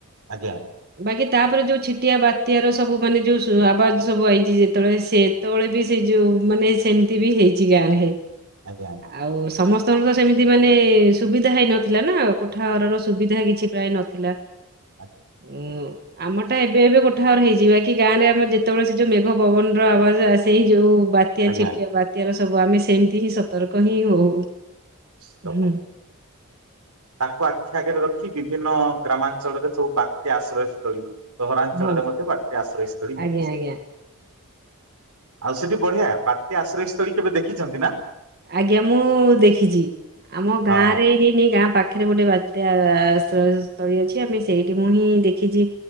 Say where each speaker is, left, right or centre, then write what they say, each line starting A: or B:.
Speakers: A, on the right; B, on the right.
A: ଆଜ୍ଞା।
B: ବାକି ତାପରେ ଯୋଉ ଛିଟିଆ ବାତ୍ୟା ର ସବୁ ମାନେ ଯୋଉ ଆବାଜ ସବୁ ଆଇଛି ଯେତେବେଳେ ସେ ସେତୋ ବେଳେ ବି ସେ ଯୋଉ ମାନେ ସେମିତି ବି ହେଇଛି ଗାଁ ରେ।
A: ଆଜ୍ଞା ଆ
B: ଆଉ ସମସ୍ତଙ୍କର ତ ସେମିତି ମାନେ ସୁବିଧା ହେଇନଥିଲା ନା କୋଠାଘର ର ସୁବିଧା କିଛି ପ୍ରାୟ ନଥିଲା
A: ଆଜ୍ଞା।
B: ଉଁ। ଆମ ଟା ଏବେ ଏବେ କୋଠା ଆର ହେଇଯିବା କି ଗାଁରେ ଆମର ଯେତେବେଳେ ସେ ଯୋଉ ମେଘ ପବନର ଆବାଜ ସେଇ ଯୋଉ ବା ବାତ୍ୟା
A: ଆଜ୍ଞା।
B: ଛିଟିଆ ବାତ୍ୟାର ସବୁ ଆମେ ସେମିତି ହିଁ ସତର୍କ ହିଁ ହଉ
A: ଆଜ୍ଞା।
B: ହୁଁ
A: ତାକୁ ଆଖି ଆଗରେ ରଖି ବିଭିନ୍ନ ଗ୍ରାମାଞ୍ଚଳରେ ସବୁ ବାତ୍ୟା ଆଶ୍ରୟସ୍ଥଳୀ ସହରାଞ୍ଚଳରେ
B: ହଁ
A: ମଧ୍ୟ ବାତ୍ୟା ଆଶ୍ରୟ ସ୍ଥଳୀ
B: ଆଜ୍ଞା
A: ହେଇଛି।
B: ଆଜ୍ଞା।
A: ଆଉ ସେଠି ବଢିଆ ବାତ୍ୟା ଆଶ୍ରୟ ସ୍ଥଳୀ କେବେ ଦେଖିଛନ୍ତି ନା
B: ଆଜ୍ଞା ମୁଁ ଦେଖିଛି ଆମ
A: ହଁ
B: ଗାଁ ରେ ହେଇନି ଗାଁ ପାଖ ପାଖରେ ଗୋଟେ ବାତ୍ୟା ଆଶ୍ରୟ ସ୍ଥଳୀ ଅଛି ଆମେ ସେଇଠି ପୁଣି ଦେଖିଛି